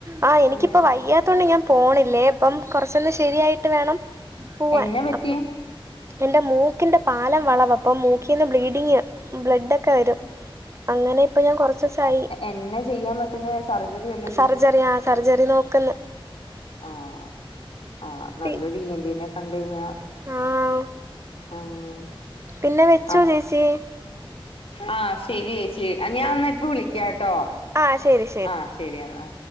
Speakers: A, on the right; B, on the left.
A: ആഹ് എനിക്കിപ്പ
B: ഉം
A: വയ്യാത്തോണ്ട് ഞാൻ പോണില്ലേ അപ്പം കൊറച്ചൊന്ന് ശരിയായിട്ട് വേണം പോവാൻ
B: എന്നാ പറ്റിയേ
A: അപ്പം എന്റെ മൂക്കിന്റെ പാലം വളവ് അപ്പം മൂക്കിൽ നിന്ന് ബ്ലീഡിങ് ബ്ലഡ്ക്കെ വരും അങ്ങനെ ഇപ്പൊ ഞാൻ കുറച്ച് ദിവസയി
B: എന്നാ ചെയ്യാൻ പറ്റുന്നെ സർജറി വെല്ലോം
A: സർജറി ആഹ് സർജറി നോക്ക്ന്ന്
B: ആഹ് ആഹ് നല്ലൊരു
A: പി
B: ഇയൻടിനെ കണ്ട് കഴിഞ്ഞാ
A: ആഹ്
B: ആഹ്
A: പിന്നെ വെച്ചോ
B: അപ്പ
A: ചേച്ചി
B: ആഹ് ശരി ചേച്ചി ഞാൻഎന്നാ
A: ആഹ്
B: ഇപ്പം വിളിക്കാട്ടോ
A: ആഹ് ശരി
B: ആഹ് ശരി എന്നാ